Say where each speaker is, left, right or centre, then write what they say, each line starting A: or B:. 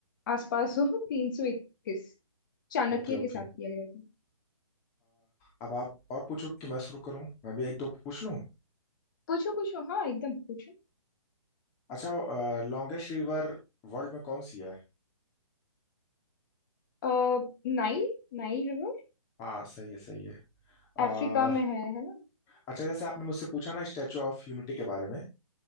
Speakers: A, on the left; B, on the left.
A: आसपास हो तीन सौ इक्कीस चाणक्य
B: Okay okay
A: के साथ किया गया था
B: अब आप और पूछो कि मैं शुरू करूं मैं भी एक दो पूछ लूं
A: पूछो पूछो हाँ एकदम पूछो
B: अच्छा लॉन्गेस्ट रिवर वर्ल्ड में कौन सी है
A: अ, नाइल Nile river
B: हाँ सही है सही है आ,
A: अफ्रीका में है है ना
B: अच्छा जैसे आपने मुझसे पूछा ना स्टैचू ऑफ यूनिटी के बारे में